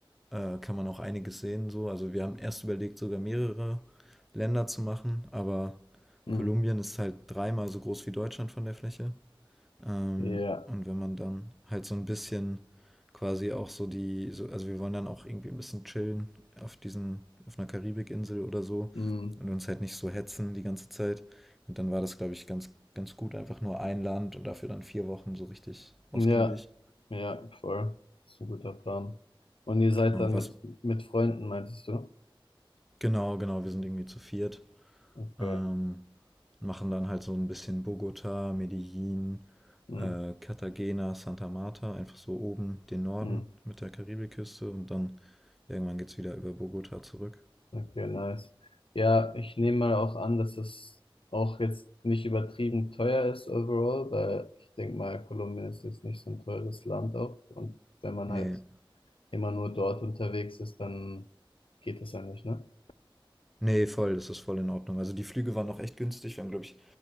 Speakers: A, in the centre; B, on the left (about 75°).
A: äh, kann man auch einiges sehen. So. Also wir haben erst überlegt, sogar mehrere Länder zu machen, aber
B: hm,
A: Kolumbien ist halt dreimal so groß wie Deutschland von der Fläche. Ähm,
B: ja,
A: und wenn man dann halt so ein bisschen quasi auch so die, so, also wir wollen dann auch irgendwie ein bisschen chillen auf diesen, auf einer Karibikinsel oder so
B: hm.
A: und uns halt nicht so hetzen die ganze Zeit. Und dann war das, glaube ich, ganz, ganz gut, einfach nur ein Land und dafür dann vier Wochen so richtig ausgiebig.
B: Ja, ja, voll. Das ist ein guter Plan. Und ihr seid
A: Genau,
B: dann
A: was,
B: mit, mit Freunden, meintest du?
A: genau, genau, wir sind irgendwie zu viert.
B: Okay.
A: Ähm, machen dann halt so ein bisschen Bogota, Medellin,
B: Hm,
A: äh, Cartagena, Santa Marta, einfach so oben den Norden
B: hm.
A: mit der Karibikküste und dann irgendwann geht's wieder über Bogota zurück.
B: Okay, nice. Ja, ich nehme mal auch an, dass es auch jetzt nicht übertrieben teuer ist overall, weil ich denke mal, Kolumbien ist jetzt nicht so ein teures Land auch. Und wenn man
A: Nee,
B: halt immer nur dort unterwegs ist, dann geht das ja nicht, ne?
A: nee, voll, das ist voll in Ordnung. Also die Flüge waren noch echt günstig. Wir haben, glaube ich,